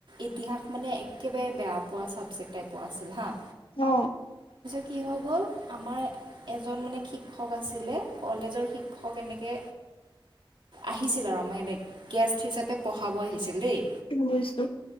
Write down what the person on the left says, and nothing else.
অ।
অ বুজিছোঁ।